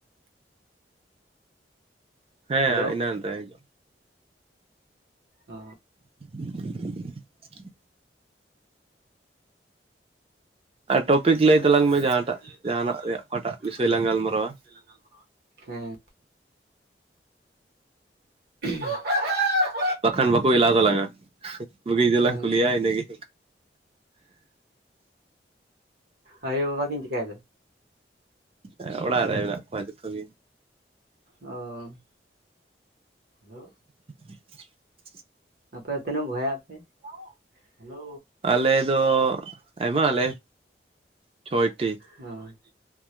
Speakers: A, on the right; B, on the right.
A: ᱦᱮᱸ
B: ᱦᱮᱞᱳ
A: ᱤᱱᱟᱹ ᱛᱟᱭᱤᱡᱩᱜ᱾
B: ᱚ
A: <unintelligible> ᱟᱨ ᱴᱚᱯᱤᱠ, ᱞᱟᱹᱭ ᱛᱟᱞᱟᱝ
B: ᱴᱚᱯᱤᱠ
A: ᱢᱮ ᱡᱟᱦᱟᱸᱴᱟᱜ
B: ᱤᱭᱟᱹᱭ ᱛᱟᱞᱟᱝ ᱢᱮ ᱡᱟᱦᱟᱱᱟᱜ
A: ᱨᱮᱭᱟᱜ ᱚᱠᱟᱴᱟᱜ ᱵᱤᱥᱚᱭ
B: ᱜᱮ
A: ᱞᱟᱝ
B: ᱡᱟᱦᱟᱱᱟᱜ
A: ᱜᱟᱞᱢᱟᱨᱟᱣᱟ
B: ᱠᱟᱴᱤᱡ ᱞᱟᱝ ᱜᱟᱞᱢᱟᱨᱣᱟ ᱦᱮᱸ, <unintelligible>
A: ᱵᱟᱠᱷᱟᱱ ᱵᱟᱠᱚ ᱮᱞᱟᱣ ᱛᱟᱞᱟᱝᱟ, ᱵᱩᱜᱤ ᱡᱩᱫᱟᱹ
B: ᱦᱮᱸ
A: ᱞᱟᱝ ᱠᱩᱞᱤᱭᱟ ᱤᱱᱟᱹᱜᱮ
B: ᱟᱭᱳ ᱵᱟᱵᱟ ᱠᱤᱱ, ᱪᱤᱠᱟᱭ ᱫᱟ?
A: ᱦᱮᱸ ᱚᱲᱟᱜ ᱨᱮ ᱢᱮᱱᱟᱜ ᱠᱚᱣᱟ ᱡᱚᱛᱚ ᱜᱮ
B: ᱚᱸ ᱦᱮᱞᱳ᱾
A: <unintelligible>
B: ᱟᱯᱮ ᱛᱤᱱᱟᱹᱜ ᱵᱷᱦᱚᱭᱟᱜ ᱟᱯᱮ? ᱦᱮᱞᱳ
A: ᱟᱞᱮ ᱫᱚ, ᱟᱭᱢᱟ ᱟᱞᱮ, ᱪᱷᱚᱭᱴᱤ᱾
B: ᱚ,